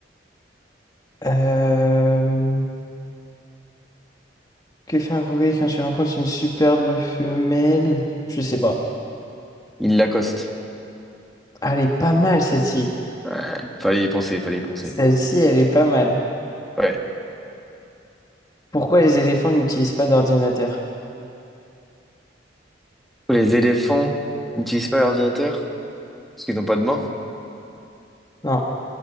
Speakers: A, on the left (about 20°); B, in the centre.
A: Euh, que fait un grenouiller quand tu rencontres une superbe femelle? Je sais pas.
B: Il l'accoste.
A: Ah, Elle est pas mal celle-ci.
B: Ouais. Fallait y penser, fallait y penser.
A: Celle-ci, elle est pas mal.
B: Ouais.
A: Pourquoi les éléphants n'utilisent pas d'ordinateur?
B: Les éléphants n'utilisent pas l'ordinateur parce qu'ils n'ont pas de main.
A: Non,